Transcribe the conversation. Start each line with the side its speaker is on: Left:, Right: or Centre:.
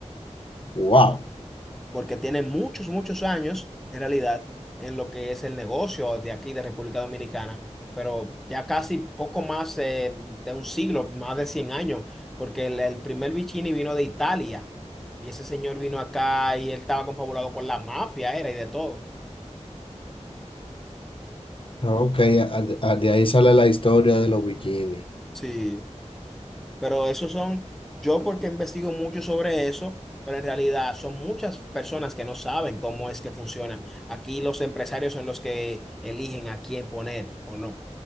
Left: Wow.
Centre: Porque tiene muchos, muchos años, en realidad, en lo que es el negocio de aquí, de República Dominicana. Pero ya casi poco más eh, de un siglo, más de 100 años. Porque el, el primer Vicini vino de Italia. Y ese señor vino acá y él estaba confabulado con la mafia, era y de todo.
Left: Ok, a- a- de ahí sale la historia de los bikinis.
Centre: Sí. Pero esos son, yo porque investigo mucho sobre eso, pero en realidad son muchas personas que no saben cómo es que funciona. Aquí los empresarios son los que eligen a quién poner o no.